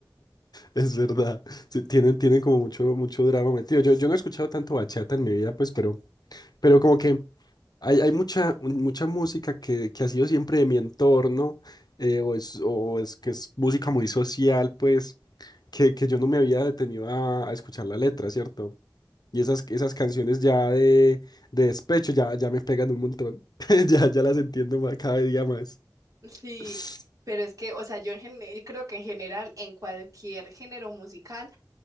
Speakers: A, on the left (about 60°); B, on the right (about 45°).
A: Es verdad. Sí, tienen, tienen como mucho, mucho drama metido. Yo, yo no he escuchado tanto bachata en mi vida, pues, pero, pero como que hay, hay mucha, mucha música que, que ha sido siempre de mi entorno, eh, o es, o es que es música muy social, pues, que, que yo no me había detenido a, a escuchar la letra, ¿cierto? Y esas, esas canciones ya de, de despecho ya, ya me pegan un montón. <laughs> Ya, ya las entiendo más, cada día más.
B: Sí,
A: Su,
B: pero es que, o sea, yo, en gen- yo creo que en general, en cualquier género musical,